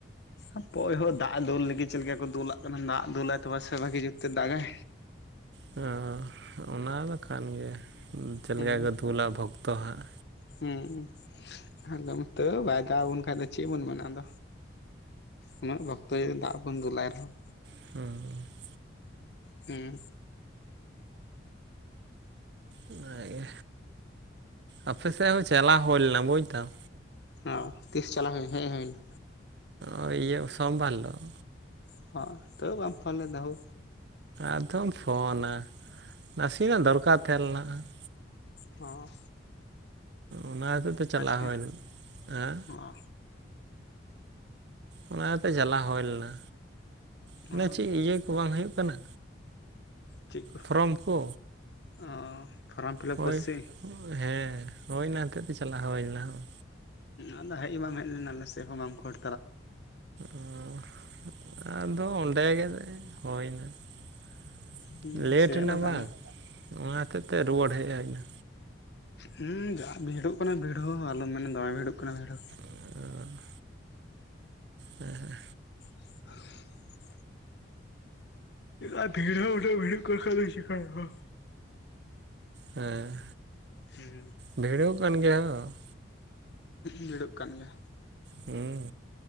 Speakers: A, on the left; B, on the right.
A: ᱦᱟᱯᱳᱭ ᱦᱳ ᱫᱟᱜ ᱫᱩᱞ ᱞᱟᱹᱜᱤᱫ ᱪᱮᱫ ᱞᱮᱠᱟ ᱠᱚ ᱫᱩᱞᱟᱜ ᱠᱟᱱᱟ ᱫᱟᱜ ᱫᱩᱞᱟᱭ ᱛᱚᱵᱮ ᱥᱮ ᱵᱷᱟᱜᱤ ᱡᱩᱛ ᱛᱮ ᱫᱟᱜᱟᱭ
B: ᱦᱮᱸ ᱚᱱᱟ ᱫᱚ ᱠᱟᱱ ᱜᱮᱭᱟ ᱪᱮᱫ
A: ᱦᱩᱸ
B: ᱞᱮᱠᱟ ᱠᱚ ᱫᱩᱞᱟ ᱵᱷᱚᱠ ᱛᱚ ᱦᱟᱸᱜ
A: ᱦᱩᱸ ᱟᱞᱚᱢ ᱛᱮ ᱵᱟᱭ ᱫᱟᱜ ᱟᱵᱚᱱ ᱠᱷᱟᱱ ᱫᱚ ᱪᱮᱫ ᱵᱚᱱ ᱢᱟᱱᱟ ᱟᱫᱚ, ᱩᱱᱟᱹᱜ ᱵᱷᱚᱠᱛᱚ ᱡᱩᱫᱤ ᱫᱟᱜ ᱵᱚᱱ ᱫᱩᱞᱟᱭ ᱨᱮᱦᱚᱸ
B: <unintelligible>
A: ᱦᱩᱸ
B: ᱚᱱᱟᱜᱮ ᱟᱯᱮ ᱥᱮᱫ ᱦᱚᱸ ᱪᱟᱞᱟᱣ ᱦᱩᱭ ᱞᱮᱱᱟ ᱵᱩᱡᱽ ᱫᱟᱢ᱾
A: ᱚ ᱛᱤᱥ ᱪᱟᱞᱟᱜ ᱦᱩᱭ ᱦᱮᱡ ᱦᱩᱭ ᱮᱱᱟ
B: ᱚ, ᱤᱭᱟᱹ ᱥᱳᱢᱵᱟᱨ ᱦᱤᱞᱳᱜ
A: <unintelligible> ᱯᱷᱳᱱ ᱞᱮᱫᱟ ᱦᱳᱻ
B: ᱟᱫᱚᱢ ᱯᱷᱳᱱᱟ ᱱᱟᱥᱮᱱᱟᱜ ᱫᱚᱨᱠᱟᱨ ᱛᱟᱦᱮᱸ ᱞᱮᱱᱟ ᱾
A: ᱦᱚᱸ
B: ᱚᱱᱟ ᱦᱚᱛᱮᱡ ᱛᱮ ᱪᱟᱞᱟᱣ
A: ᱠᱮᱭᱟ
B: ᱦᱩᱭᱮᱱ ᱦᱮᱸ
A: ᱚ
B: ᱚᱱᱟ ᱤᱭᱟᱹᱛᱮ ᱪᱟᱞᱟᱣ ᱦᱩᱭ ᱞᱮᱱᱟ ᱢᱟᱱᱮ
A: ᱚ
B: ᱪᱮᱫ ᱤᱭᱟᱹ ᱠᱚ ᱵᱟᱝ ᱦᱩᱭᱩᱜ ᱠᱟᱱᱟ᱾
A: ᱪᱮᱫ ᱠᱚ
B: ᱯᱷᱨᱚᱢ ᱠᱚ
A: ᱚ ᱯᱷᱚᱨᱚᱢ ᱯᱷᱤᱞᱟᱯ
B: ᱦᱳᱭ
A: ᱠᱚ‌ ᱥᱮ ᱪᱮᱫ
B: ᱦᱮᱸ ᱦᱳᱭ ᱚᱱᱟ ᱦᱚᱛᱮᱡ ᱛᱮ ᱪᱟᱞᱟᱜ ᱦᱩᱭ ᱞᱮᱱᱟ᱾
A: ᱟᱫᱚ ᱦᱮᱡ ᱦᱚᱸ ᱵᱟᱢ ᱦᱮᱡ ᱞᱮᱱᱟ ᱟᱞᱮ ᱥᱮᱡ ᱦᱚᱸ ᱵᱟᱢ ᱠᱷᱳᱲ
B: ᱚ ᱟᱫᱚ ᱚᱸᱱᱰᱮ ᱜᱮ ᱦᱩᱭᱱᱟ ᱾
A: ᱦᱩᱸ
B: ᱞᱮᱴᱮᱱᱟ
A: ᱥᱮ ᱵᱟᱠᱷᱟᱱ
B: ᱵᱟᱝ ᱚᱱᱟ ᱦᱚᱛᱮᱡ ᱛᱮ ᱨᱩᱣᱟᱹᱲ ᱦᱮᱡ ᱦᱩᱭ ᱮᱱᱟ᱾
A: ᱦᱮᱸ ᱡᱟ ᱵᱷᱤᱲᱚᱜ ᱠᱟᱱᱟ ᱵᱷᱤᱲ ᱦᱚᱸ ᱟᱞᱚᱢ ᱢᱮᱱᱟ ᱫᱚᱢᱮ ᱵᱷᱤᱲᱚᱜ ᱠᱟᱱᱟ ᱵᱷᱤᱲ ᱦᱚᱸ᱾
B: ᱩᱸ ᱦᱮᱸ
A: <inaudible> ᱟᱨ ᱵᱷᱤᱲ ᱦᱚᱸ ᱩᱱᱟᱹᱜ ᱵᱷᱤᱲᱚᱜ ᱠᱟᱱ ᱠᱷᱟᱡ ᱫᱚᱢ ᱪᱮᱠᱟᱭᱟ
B: ᱦᱮᱸ ᱮ
A: ᱦᱩᱸ
B: ᱵᱷᱤᱲᱟᱹᱣ ᱠᱟᱱ ᱜᱮᱭᱟ᱾
A: ᱵᱷᱤᱲᱚᱜ ᱠᱟᱱ ᱜᱮᱭᱟ᱾
B: ᱦᱩᱸ